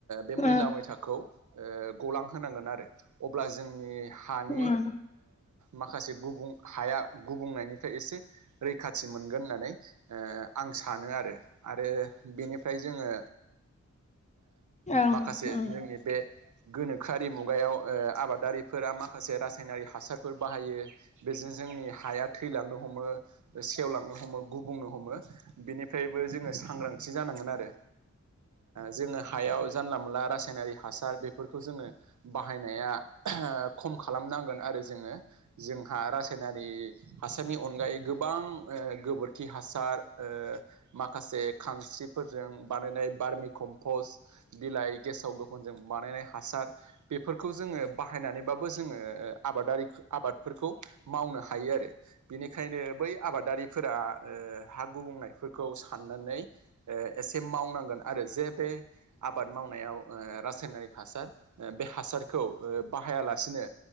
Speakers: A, on the right; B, on the left.
A: बे
B: उम
A: मैला मैथा ओ गलां होनांगोन आरो, अब्ला जोंनि हानि
B: उम
A: माखासे गुबुं हाया गुबुंनायनिफ्राय एसे रैखाथि मोनगोन होननानै आं सानो आरो। आरो बेनिफ्राय जोङो
B: ओं उम औ उम
A: माखासे जोंनि बे गोनोखोआरि मुगायाव आबादारिफोरा माखासे रासायनारि हासार फोर बाहायो बेजों जोंनि हाया थो थैलांनो हमो, सेवलांनो हमो, गुबुंनो हमो, बेनिफ्रायबो जोङो सांग्रांथि एसे जानांगोन आरो। जोङो हायाव जानला मोनला रासाय नारि हासार बेफोरखौ जोङो बाय नाया खम खालामनांगोन नांगोन आरो जोङो जोंहा रासायनारि हासार नि अनगायै गोबां ओ गोबोरखि हासार ओ माखासे खानस्रिफोरजों बानायनाय बार्मि कम्पस्ट बिलाइ गेसाव गोफनजों बानायनाय हासार बेफोरखौ जोङो बाहायनानैबाबो जोङो आबादारि आबादफोरखौ मावनो हायो आरो बिनिखायनो बै आबादारिफोरा हा गुबुंनायफोरखौ साननानै ओ एसे मावनांगोन आरो जे बे आबाद मावनायाव ओ रासायनारि हासार बे हासारखौ बाहायालासेनो